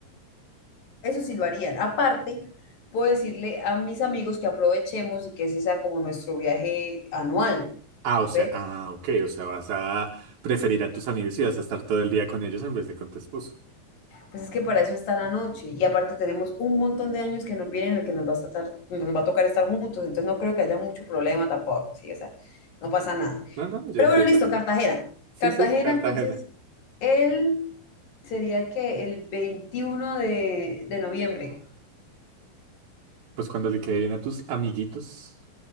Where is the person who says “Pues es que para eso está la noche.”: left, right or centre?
Left